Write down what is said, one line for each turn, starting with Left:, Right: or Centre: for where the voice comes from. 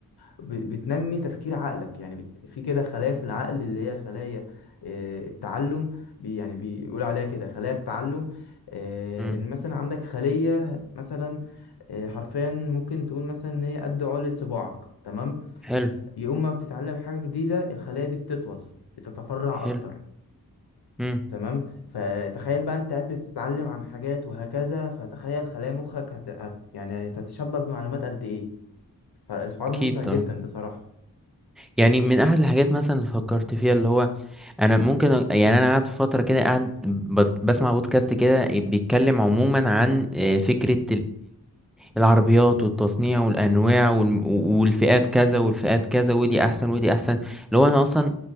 Left: وبتنمي تفكير عقلك يعني بت- في كده خلايا في العقل اللي هي خلايا آه، التعلم بي يعني بيقولوا عليها كده خلايا التعلم آه،
Centre: مم.
Left: ان مثلا عندك خلية مثلا آه، حرفيا ممكن تقول مثلا ان هي قد عقلة صباعك تمام
Centre: حلو
Left: يقوم ما بتتعلم حاجة جديدة الخلية دي بتطول بتتفرع
Centre: حلو
Left: اكتر
Centre: امم
Left: تمام فتخيل بقى انت قاعد بتتعلم عن حاجات وهكذا فتخيل خلايا مخك هت... هت... يعني هتتشبع بمعلومات قد ايه فالحوار
Centre: اكيد
Left: ممتع
Centre: طبعا
Left: جدا بصراحة
Centre: يعني من احد الحاجات مثلا اللي فكرت فيها اللي هو انا ممكن أ- يعني انا قاعد في فتره كده قاعد بت- بسمع بودكاست كده بيتكلم عموما عن آه، فكره العربيات والتصنيع والانواع والم- والفئات كذا والفئات كذا ودي احسن ودي احسن لو انا اصلا